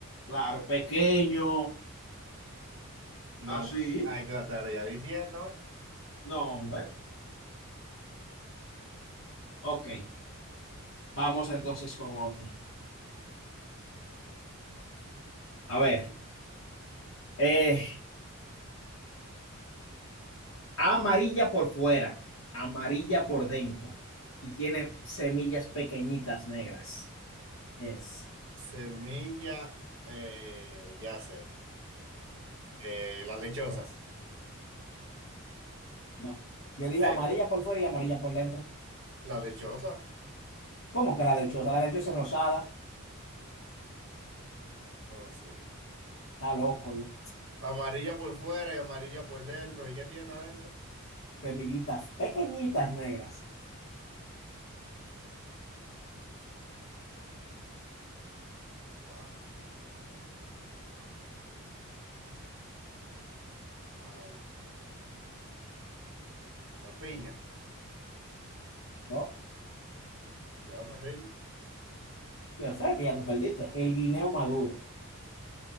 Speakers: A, on the left; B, on the right.
A: Claro, pequeño.
B: No,
A: Así.
B: ahí te la estaría diciendo. ¿eh?
A: No, hombre. Ok. Vamos entonces con otra. A ver. Eh, amarilla por fuera, amarilla por dentro y tiene semillas pequeñitas negras. Es,
B: Semilla, eh, ya sé. Eh, la lechosa.
A: es. No. Yo dije
B: ¿Eh?
A: amarilla por fuera y amarilla por dentro.
B: La lechosa.
A: ¿Cómo que la del choza? La del choza es rosada.
B: Oh, sí.
A: Está loco, yo.
B: Amarilla por fuera y amarilla por dentro. ¿Y qué tiene adentro?
A: Semillitas pequeñitas negras.
B: Wow. Ah, la piña.
A: ¿No?
B: Ya me rindo.
A: Yo sé que ya tú perdiste. El guineo maduro.